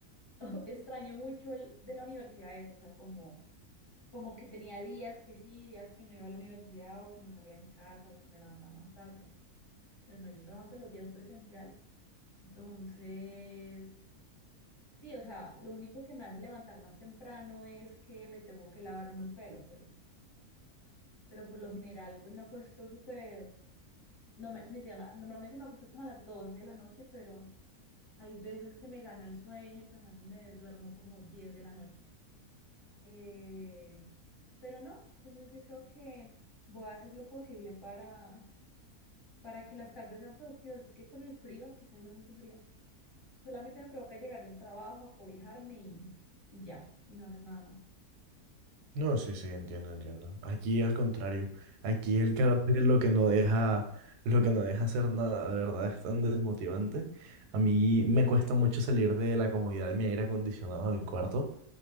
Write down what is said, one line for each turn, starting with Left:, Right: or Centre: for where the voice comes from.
Left: <laughs> Extraño mucho el de la universidad eso, o sea, como, como que tenía días que sí, días que no iba a la universidad o que no salía en casa o que me levantaba más tarde. Pero no, yo trabajo todos los días presencial. Entonces, Sí, o sea, lo único que me hace levantar más temprano es que me tengo que lavar o no el pelo, pero, pero por lo general, pues me acuesto súper, no me, mentira, ma- normalmente me acuesto como a las 12 de la noche, pero hay veces que me gana el sueño, y el cansancio y me duermo como 10 de la noche. Eh, pero no, entonces yo creo que voy a hacer lo posible para, para que las tardes sean productivas. Es que con el frío, quizás no mucho frío, solamente me provoca llegar del trabajo, acobijarme y, y ya, y no hacer nada más.
Right: No, sí, sí, entiendo, entiendo. Aquí al contrario. Aquí el carácter es lo que no deja, lo que no deja hacer nada, de verdad es tan desmotivante. A mí me cuesta mucho salir de la comodidad de mi aire acondicionado en el cuarto,